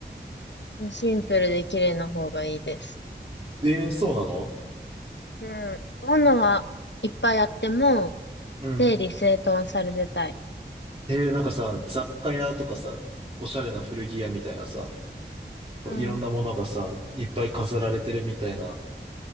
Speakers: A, on the left; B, on the right.
A: ん。シンプルで綺麗な方がいいです。
B: えー、そうなの
A: うん。ものはいっぱいあっても、
B: うん、うん。
A: 整理整頓されてたい。
B: えー、なんかさ、雑貨屋とかさ、おしゃれな古着屋みたいなさ、こういろんなものがさ、
A: うん。
B: いっぱい飾られてるみたいな